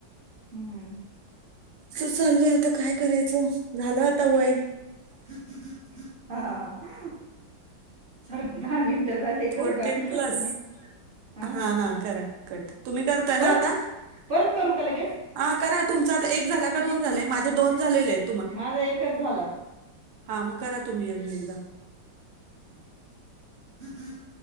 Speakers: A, on the right (about 35°); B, on the right (about 70°).
A: हम्म
B: अस चाललंय आता काय करायचं झालं आता वय.
A: कि हा <unintelligible> सरक दहा मिनटं झाली
B: फोर्टीन
A: करू का?
B: प्लस
A: मग हा
B: हां, हां. करा कट. तुम्ही करताय ना
A: परत
B: आता?
A: परत करू का लगेच.
B: हां, करा. तुमचा
A: हा
B: आता
A: करा
B: एक
A: तुमचा
B: झाला का
A: एक झाला
B: झाले?
A: का दोन झालंय
B: झालेले
A: माझे दोन
B: आहेत
A: झाले. माझ एकच झालं.
B: हा मग करा
A: हा
B: तुम्ही
A: मग करा
B: अजून एकदा.
A: तुम्ही.